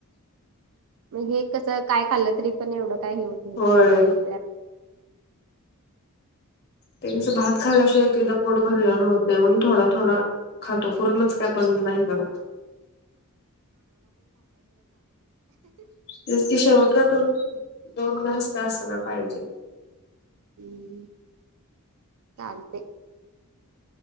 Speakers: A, on the right (about 65°); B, on the left (about 45°).
A: मग हे कसं काय खाल्लं तरी पण एवढं काय हे होत नाही
B: होय
A: आपल्या.
B: तेसं भात खायलाशिवा एक एकदा पोट भरले होत नाही म्हणून थोडा थोडा खातो पूर्णच. त्या बंद नाही करत. ते क शेवत काातून. दोन घजता असना पाहिजे.
A: हम् चालतय.